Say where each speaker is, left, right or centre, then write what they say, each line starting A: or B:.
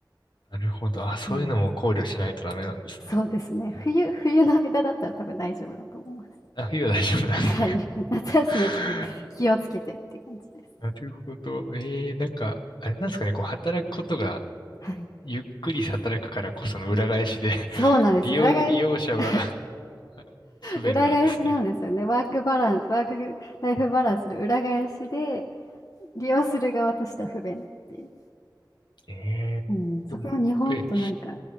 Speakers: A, on the left; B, on the left.
A: なるほど。あ、そういうのも考慮しないとダメなんですね。
B: はい、そうですね、冬、冬の間だったら多分大丈夫だと思います。
A: あ、冬は大丈夫なんですね。
B: はい。<laughs> 夏休みはちょっと気をつけてっていう感じです。
A: <laughs> なるほど。ええなんか、あれなんですかね、こう、働くことが、
B: はい。
A: ゆっくり働くからこその裏返しで <laughs>
B: そうなんですよ。
A: 利用、
B: 裏返し
A: 利用者は
B: <laughs>
A: <laughs> 不便なんですね。
B: 裏返しなんですよね。ワークバランス、ワークライフバランスの裏返しで、利用する側としては不便っていう。
A: ええでも、
B: うん、そこは日本となんか
A: え、